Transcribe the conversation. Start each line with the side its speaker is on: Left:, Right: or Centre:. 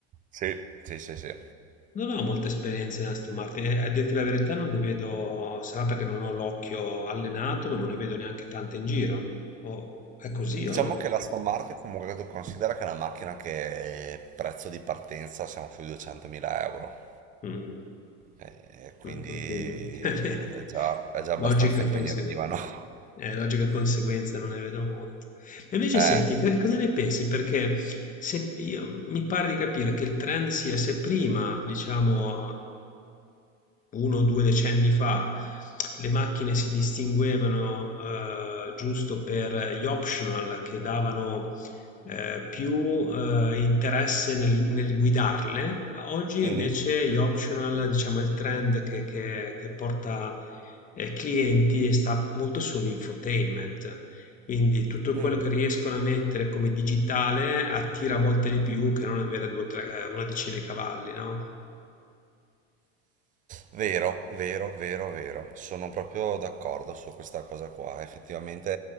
Right: Sì, sì, sì, sì.
Left: Non ho molte esperienze in Aston Martin e a dirti la verità non ne vedo sarà perché non ho l'occhio allenato, ma non ne vedo neanche tante in giro. O è così
Right: Diciamo
Left: o no?
Right: che l'Aston Martin comunque tu considera che è una macchina che prezzo di partenza siamo sui 200.000 euro.
Left: Mh.
Right: Eh, quindi
Left: Mh, e quindi <laughs>
Right: è già, è già abbastanza
Left: logica
Right: impegnativa,
Left: conseguen
Right: no? <laughs>
Left: eh, logica conseguenza non ne vedo molte. E invece
Right: Eh,
Left: senti, che cosa ne pensi? Perché se io mi pare di capire che il trend sia se prima, diciamo 1 o 2 decenni fa le macchine si distinguevano, uhm, giusto per gli optional che davano, ehm, più, uhm, interesse nel nel guidarle. Oggi
Right: mhm,
Left: invece gli optional, diciamo è il trend che che che porta, ehm, clienti e sta molto sull'infotainment. Quindi tutto quello
Right: mm.
Left: che riescono a mettere come digitale attira a volte di più che non avere 2 o 3 una decina di cavalli, no?
Right: Vero, vero, vero, vero. Sono proprio d'accordo su questa cosa qua. Effettivamente,